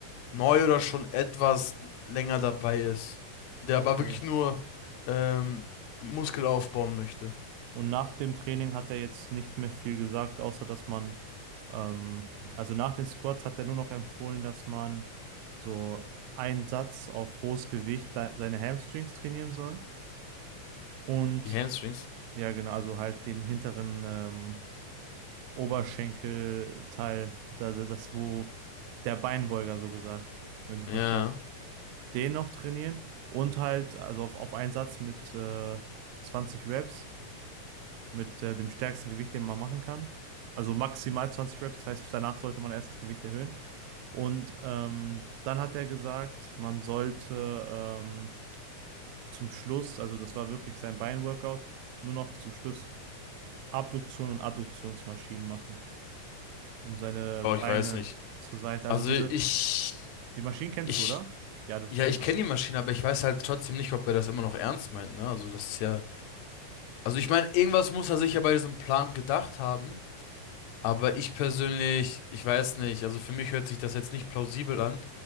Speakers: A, on the left (about 75°); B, on the right (about 80°).
A: neu oder schon etwas länger dabei ist. Der
B: Okay.
A: aber wirklich nur ähm, Muskel aufbauen möchte.
B: Und nach dem Training hat er jetzt nicht mehr viel gesagt, außer dass man, ähm, also nach den Squats hat er nur noch empfohlen, dass man so einen Satz auf hohes Gewicht de- seine Hamstrings trainieren soll. Und
A: Die Hamstrings?
B: ja, genau, also halt den hinteren ähm, Oberschenkelteil, das, das, wo der Beinbeuger so gesagt, wenn du
A: Ja.
B: verstehst. den noch trainieren und halt, also auf, auf einen Satz mit äh, 20 Reps, mit äh, dem stärksten Gewicht, den man machen kann. Also maximal 20 Reps, das heißt, danach sollte man erst das Gewicht erhöhen. Und ähm, dann hat er gesagt, man sollte ähm, zum Schluss, also das war wirklich sein Beinworkout, nur noch zum Schluss Abduktion und Adduktionsmaschinen machen, um seine
A: Oh,
B: Beine
A: ich weiß nicht.
B: zur Seite. Also
A: Also
B: diese,
A: ich,
B: die Maschinen kennst
A: ich,
B: du, oder? Die Adduktion.
A: ja, ich kenne die Maschine, aber ich weiß halt trotzdem nicht, ob er das immer noch ernst meint, ne? Also das ist ja, also ich meine, irgendwas muss er sich ja bei diesem Plan gedacht haben. Aber ich persönlich, ich weiß nicht, also für mich hört sich das jetzt nicht plausibel an.